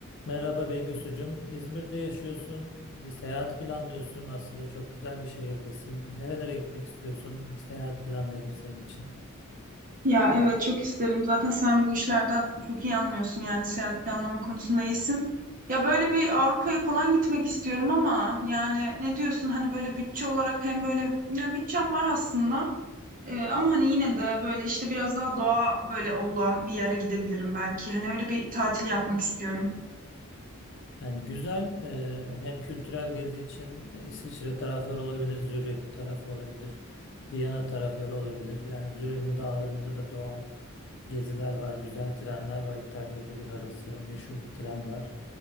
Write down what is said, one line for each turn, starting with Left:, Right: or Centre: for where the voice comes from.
Left: Merhaba Bengisucum. İzmir'de yaşıyorsun. Bir seyahat planlıyorsun. Aslında çok güzel bir şehirdesin. Nerelere gitmek istiyorsun? Bir seyahat planlayalım senin için.
Right: Ya evet çok isterim. Zaten sen bu işlerden çok iyi anlıyorsun yani seyahat planlama konusunda iyisin. Ya böyle bir Avrupa'ya falan gitmek istiyorum ama yani ne diyorsun hani böyle bütçe olarak hem böyle ya bütçem var aslında. Ee, ama hani yine de böyle işte biraz daha doğa böyle olan bir yere gidebilirim belki. Hani öyle bir tatil yapmak istiyorum.
Left: Yani güzel e, hem kültürel gezi için e, İsviçre tarafları olabilir, Zürih tarafı olabilir, Viyana tarafları olabilir. Yani Zürih'in dağlarında da doğal geziler var, güzel trenler var. İtalya-Zürih arası meşhur bir tren var.